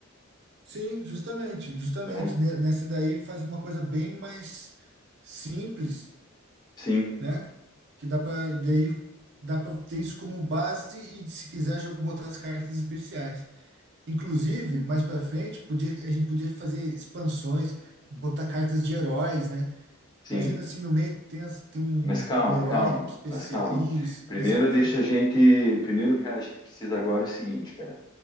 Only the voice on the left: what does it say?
né
Sim,
sim.
Mas calma,
calma,
mas calma.
Primeiro
deixa
a gente. Primeiro, cara, a gente precisa agora é o seguinte, cara.